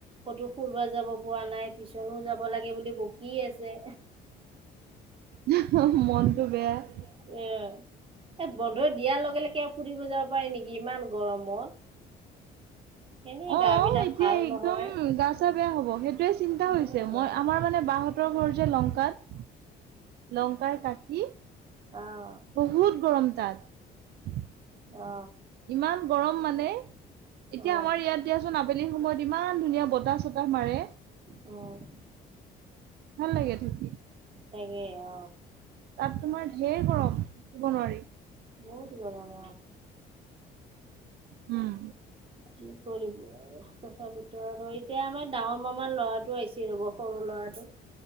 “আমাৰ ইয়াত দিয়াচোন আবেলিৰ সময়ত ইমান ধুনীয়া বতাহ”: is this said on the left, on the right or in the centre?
Right